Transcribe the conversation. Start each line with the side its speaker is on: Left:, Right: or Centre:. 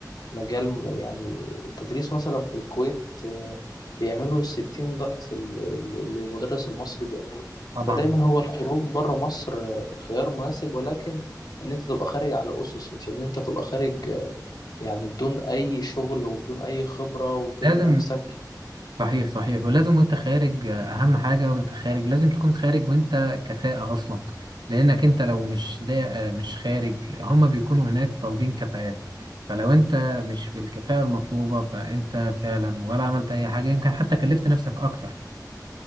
Left: مجال يعني التدريس مثلا في الكويت آه، بيعملوا 60 ضعف ال- ال- اللي المدرس المصري بيعمله
Right: طبعا
Left: فدايما هو الخروج بره مصر آه، خيار مناسب ولكن ان انت تبقى خارج على اسس مش ان انت تبقى خارج آه، يعني بدون اي شغل وبدون اي خبرة وترمي
Right: لازم
Left: نفسك
Right: صحيح صحيح ولازم وانت خارج آه، اهم حاجة وانت خارج لازم تكون خارج وانت كفاءة اصلا لانك انت لو مش دا آه، مش خارج هما بيكونوا هناك طالبين كفاءات فلو انت مش بالكفاءة المطلوبة فانت فعلا ولا عملت اي حاجة يمكن حتى كلفت نفسك اكتر